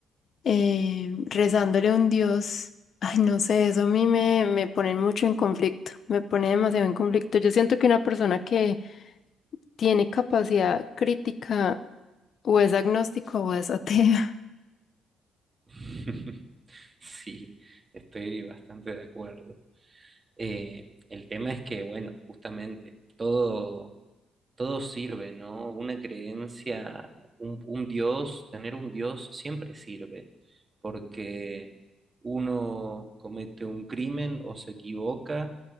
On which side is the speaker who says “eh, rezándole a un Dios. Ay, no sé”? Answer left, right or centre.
Left